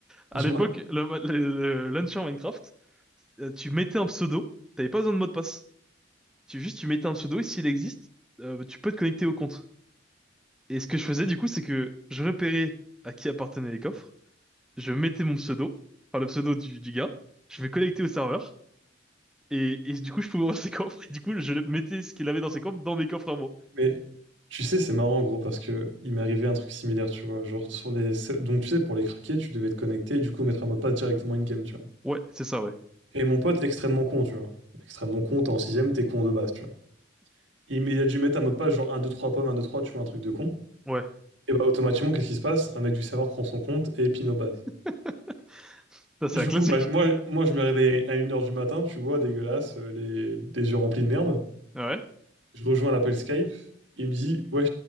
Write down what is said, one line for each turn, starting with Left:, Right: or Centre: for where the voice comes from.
Centre: À
Right: Dis-moi.
Centre: l'époque, le, le- le launcher Minecraft, euh, tu mettais un pseudo, t'avais pas besoin de mot de passe. Tu, juste, tu mettais un pseudo et s'il existe, euh, tu peux te connecter au compte. Et ce que je faisais, du coup, c'est que je repérais à qui appartenaient les coffres, je mettais mon pseudo, enfin le pseudo du, du gars, je vais connecter au serveur. Et, et du coup, je pouvais ouvrir ses coffres. Et du coup, je mettais ce qu'il avait dans ses coffres dans mes coffres à moi.
Right: Mais tu sais, c'est marrant, gros, parce que il m'est arrivé un truc similaire, tu vois. Genre, sur les. Donc, tu sais, pour les craquer, tu devais te connecter et du coup, mettre un mot de passe directement in-game, tu vois.
Centre: Ouais, c'est ça, ouais.
Right: Et mon pote, extrêmement con, tu vois. Extrêmement con, t'es en sixième, t'es con de base, tu vois. il, met- il a dû mettre un mot de passe, genre un 2 3 pommes, un 2 3 tu vois, un truc de con.
Centre: Ouais.
Right: Et bah, automatiquement, qu'est-ce qui se passe? Un mec du serveur prend son compte et pin aux bases.
Centre: <laughs> Ça, c'est
Right: Du
Centre: la classique.
Right: coup, bah, moi, moi, je me réveille à une heure du matin, tu vois, dégueulasse, euh, les, des yeux remplis de merde.
Centre: Ouais.
Right: Je rejoins l'appel Skype. Il me dit, ouais,